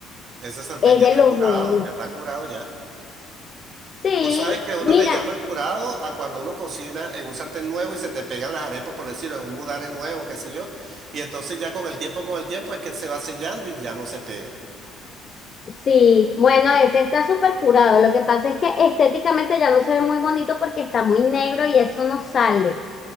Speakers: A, on the right; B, on the left.
A: ese sartén
B: Es
A: ya
B: de
A: está
B: los
A: curado,
B: buenos.
A: ya está curado ya.
B: Sí,
A: Tú sabes que uno
B: mira,
A: le llama curado a cuando uno cocina en un sartén nuevo y se te pegan las arepas, por decirlo, en un budare nuevo, qué sé yo. Y entonces ya con el tiempo, con el tiempo es que se va sellando y ya no se pega.
B: sí, bueno, ese está súper curado. Lo que pasa es que estéticamente ya no se ve muy bonito porque está muy negro y eso no sale.